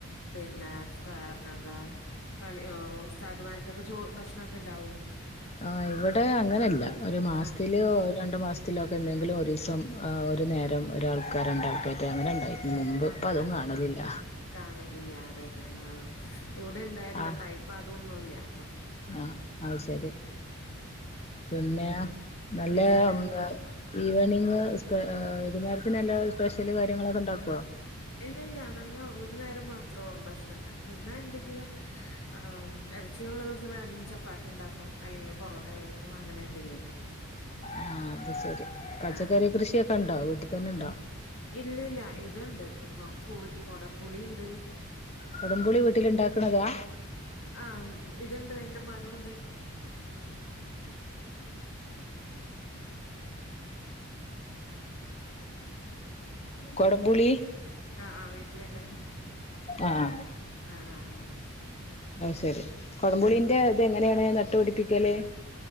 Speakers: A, on the left; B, on the left.
A: പിന്നെ വേറെ അ താ? പള്ളി ആഹ് ഉസ്താദമാർക്ക് ഓക്കെ ചോറ് ഭക്ഷണം ഓക്കെ ഇണ്ടാവോ?
B: ആഹ് ഇവിടെ അങ്ങനെ അല്ല ഒര് മാസത്തില്
A: ആഹ്
B: രണ്ട് മാസ ത്തിലൊക്കെ എന്തെങ്കിലും ഒരീസം ഒര് നേരം ഒരാള് ആൾക്കാരോ രണ്ട് ആൾക്കോ അങ്ങനെ ഇണ്ടായി മുമ്പ്
A: ആഹ്
B: ഇപ്പൊ അതും
A: അതെ
B: കാണാലില്ല.
A: കാണലില്ല അതന്നെ ആഹ് ഇവടെ ഇണ്ടായിര്ന്നട്ടാ
B: ആഹ്
A: ഇപ്പൊ അതൊന്നും ഇല്ല ഇപ്പാ.
B: ആഹ് അത് ശെരി പിന്നെ നല്ല
A: വീട്ടിലാരൊക്കെണ്ട്?
B: ഓ ആഹ് ഈവനിങ്ങ് സ്പെ വൈക്ന്നേരത്തിന് വല്ലോ സ്പെഷ്യല് കാര്യങ്ങളൊക്കെ ഇണ്ടാക്കുവോ?
A: ഇല്ല ഇല്ല അതങ്ങ ഒര് നേരം മാത്ര ഒള്ളൂ ഭക്ഷണം ഒണ്ട് പിന്നെ എന്തെങ്കിലും ആഹ് എറച്ചിയോള്ള ദെവസം വേണങ്കി ചപ്പാത്തി ഇണ്ടാക്കും അല്ലെങ്കി പൊറോട്ട മേടിക്കും അങ്ങനെ എന്തെങ്കിലും ഒക്കെ.
B: ആഹ് അത് ശെരി പച്ചക്കറി
A: ആഹ്
B: കൃഷിയൊക്കെ ഇണ്ടോ വീട്ടി തന്നെ ഇണ്ടോ?
A: ഇല്ല ഇല്ല ഇത് ഇണ്ട് പുളി കൊടം പുളി ഇണ്ട്.
B: കൊടം പുളി വീട്ടില് ഇണ്ടാക്ക്ണതാ?
A: ആഹ് ഇത് ഇണ്ട് അയിന്റെ മരം ഒണ്ട്.
B: കൊടം പുളീ
A: ആഹ് ആഹ് വീട്ടിലുണ്ട്
B: ആഹ്
A: ആഹ് ആഹ് ആഹ്
B: അയ് ശെരി കൊടം
A: ആഹ്
B: പുളിന്റെ
A: ആഹ്
B: ഇത് എങ്ങനെയാണ് നട്ട് പഠിപ്പിക്കല്?